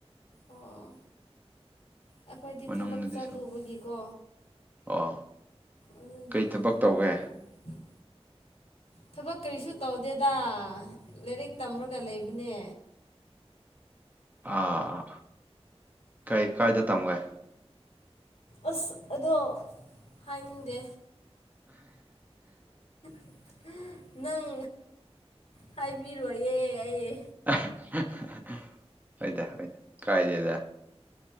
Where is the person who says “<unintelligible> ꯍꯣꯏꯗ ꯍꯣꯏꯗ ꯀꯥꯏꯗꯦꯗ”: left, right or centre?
Right